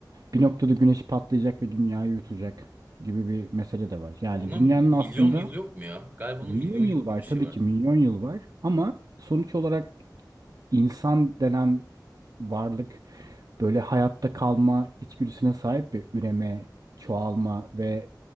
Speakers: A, on the right; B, on the right.
A: bir noktada güneş patlayacak ve dünyayı yutacak gibi bir mesele de var. Yani
B: Ona
A: dünyanın
B: milyon
A: aslında
B: yıl yok mu ya? Galiba
A: milyon
B: onun milyon
A: yıl
B: yıl
A: var
B: gibi bir şey
A: tabii
B: var.
A: ki milyon yıl var ama sonuç olarak İnsan denen varlık böyle hayatta kalma içgüdüsüne sahip ve üreme, çoğalma ve